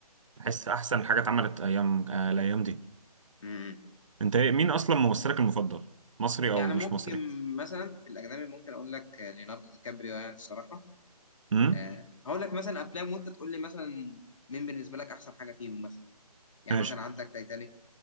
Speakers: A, on the right; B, on the left.
A: بحس أحسن حاجة اتعملت أيام آه، الأيام دي
B: امم
A: أنت إيه- مين أصلا ممثلك المفضل؟ مصري
B: يعني
A: أو
B: ممكن
A: مش مصري؟
B: مثلا في الاجنبي ممكن اقول لك آه، ليوناردو دي كابريو يعني الصراحه
A: امم
B: آه، هقول لك مثلا افلام وانت تقول لي مثلا مين بالنسبه لك احسن حاجه فيهم مثلا يعني
A: ماشي
B: مثلا عندك تايتانيك